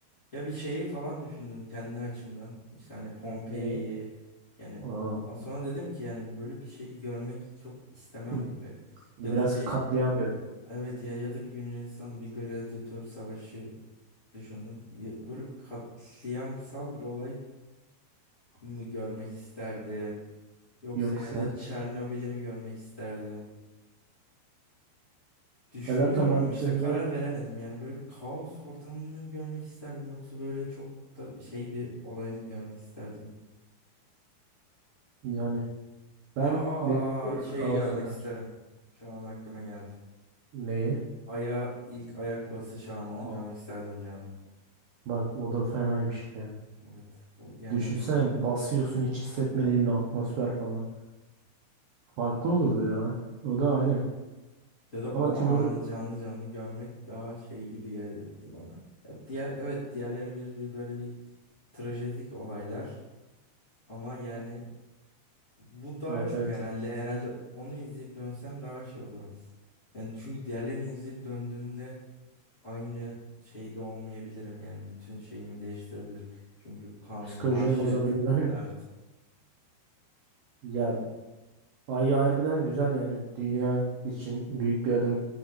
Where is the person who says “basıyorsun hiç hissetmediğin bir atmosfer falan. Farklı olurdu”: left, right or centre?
Right